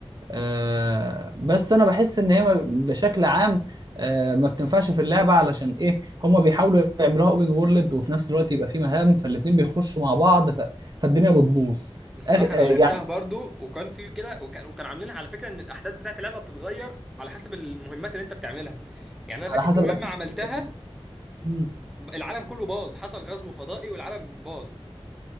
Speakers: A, on the right (about 45°); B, in the centre.
A: آه بس انا بحس ان هي ما- بشكل عام آه ما بتنفعش في اللعبه علشان ايه هما بيحاولوا يعملوها اوبن وورلد وفي نفس الوقت يبقى في مهام فالاتنين بيخشوا مع بعض ف... فالدنيا بتبوظ
B: بصراحة
A: أخ... آه
B: أنا لعبتها
A: يعني
B: برضو وكان في كده وكان وكان عاملينها على فكرة إن الأحداث بتاعت اللعبة بتتغير على حسب المهمات اللي أنت بتعملها يعني أنا
A: على
B: فاكر
A: حسب
B: في
A: الاكشن
B: مهمة عملتها
A: اللي انت بتعمله مم.
B: ب- العالم كله باظ حصل غزو فضائي والعالم باظ